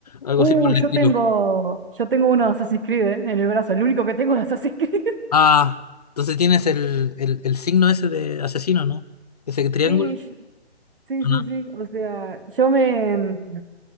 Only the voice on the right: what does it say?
Uh,
yo
tengo, yo tengo uno de Assassin's Creed, eh, en el brazo, el único que tengo de Assassin's Creed. <laughs>
Sí, yo- sí,
sí, sí. O sea, yo me,